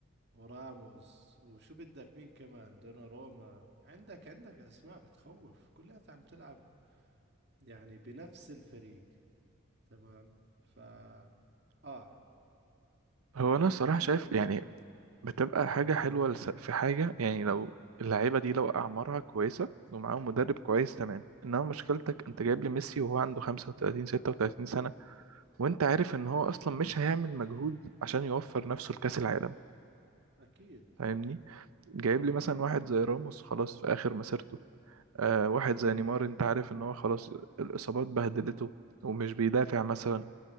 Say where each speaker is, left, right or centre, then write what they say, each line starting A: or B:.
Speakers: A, on the right (about 50°); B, on the right (about 85°).
A: وراموس وشو بدك مين كمان دوناروما عندك عندك اسماء بتخوف كلها عم تلعب يعني بنفس الفريق تمام ف اه
B: هو انا الصراحه شايف
A: كتير
B: يعني
A: زي هيك
B: بتبقى حاجه حلوه لس- في حاجه يعني لو اللعيبه دي لو اعمارها كويسه ومعاهم مدرب كويس تمام انما مشكلتك انت جايب لي ميسي وهو عنده 35 36 سنه وانت عارف ان هو اصلا مش هيعمل مجهود عشان يوفر نفسه لكأس العالم
A: اكيد
B: فاهمني جايب لي مثلا واحد زي راموس خلاص في اخر مسيرته آه واحد زي نيمار انت عارف ان هو خلاص الاصابات بهدلته ومش بيدافع مثلا